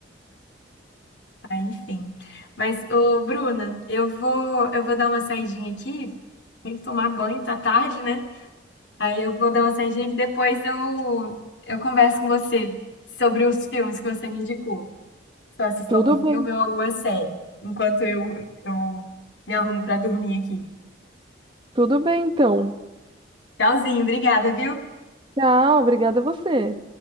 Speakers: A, on the left (about 70°); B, on the right (about 25°).
A: Ah, enfim. Mas, ô, Bruna, eu vou, eu vou dar uma saidinha aqui. Tem que tomar banho, tá tarde, né? Aí eu vou dar uma saidinha que depois eu, eu converso com você sobre os filmes que você me indicou. Se eu assisto
B: Tudo
A: algum filme
B: bem,
A: ou alguma série. Enquanto eu, eu me arrumo para dormir aqui.
B: tudo bem então.
A: Tchauzinho, obrigada, viu?
B: Tchau, obrigada a você.